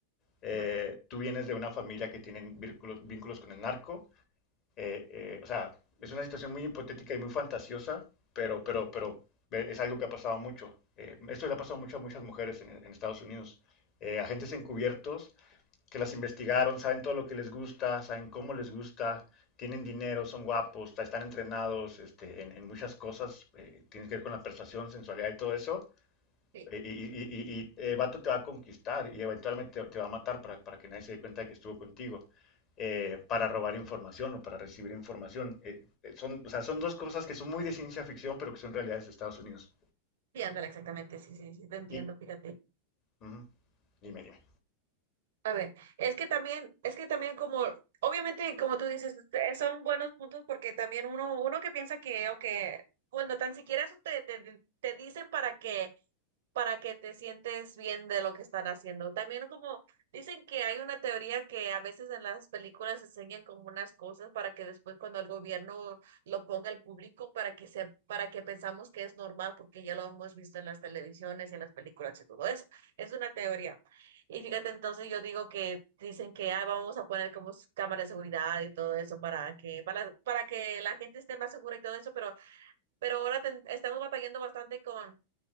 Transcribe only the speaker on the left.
Eh,
tú vienes de una familia que tiene vínculos, vínculos con el narco, eh, eh, o sea, es una situación muy hipotética y muy fantasiosa, pero, pero, pero eh, es algo que ha pasado mucho. Eh, esto le ha pasado mucho a muchas mujeres en, en Estados Unidos. Eh, agentes encubiertos que las investigaron, saben todo lo que les gusta, saben cómo les gusta, tienen dinero, son guapos, ta- están entrenados este, en, en muchas cosas, eh, tiene que ver con la persuasión, sensualidad y todo eso.
Y, y- y- y- y eh, el vato te va a conquistar y eventualmente te, te va a matar para, para que nadie se dé cuenta de que estuvo contigo, eh, para robar información o para recibir información. Eh, eh, son, o sea, son dos cosas que son muy de ciencia ficción, pero que son realidades de Estados Unidos.
Y,
ujú, dime, dime.